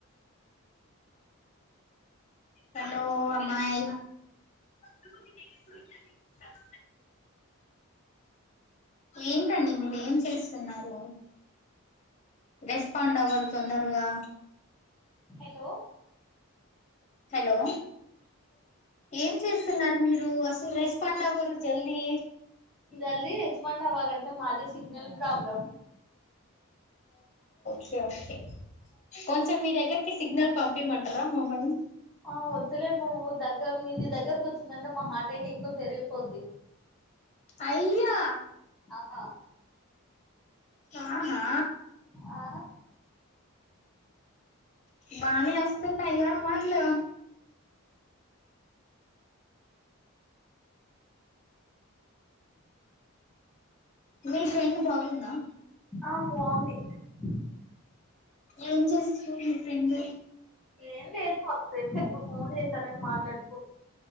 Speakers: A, on the left (about 30°); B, in the centre.
A: హలో అమ్మాయి <unintelligible> ఏంటండి మీరు ఏం చేస్తున్నారు. రెస్పాండ్ అవ్వరు తొందరగా
B: హలో
A: హలో ఏం చేస్తున్నారు మీరు అసలు రెస్పాండ్ జల్దీ
B: జల్దీ రెస్పాండ్ అవ్వాలంటే మాది సిగ్నల్ ప్రాబ్లమ్.
A: కే ఓకే కొంచెం మీ దగ్గరికి సిగ్నల్ పంపిమంటార మమ్మల్ని
B: ఆ వద్దులే నువ్వు దగ్గర మీది దగ్గరకు వచ్చిందంటే మా హార్ట్ రేట్ ఎక్కువ పెరిగిపోద్ది.
A: అయ్యా
B: ఆ హ
A: ఆహా
B: ఆ
A: బనే అస్తున్నాయిగా మట్లు మీ ఫ్రెండ్ బాగుందా
B: ఆ <unintelligible>
A: ఏం చేస్తుంది మీ ఫ్రెండ్
B: ఏం లేదు వాళ్ళ ఫ్రెండ్స్ ఎక్కో ఫోన్ చేశారని మాట్లాడుతూ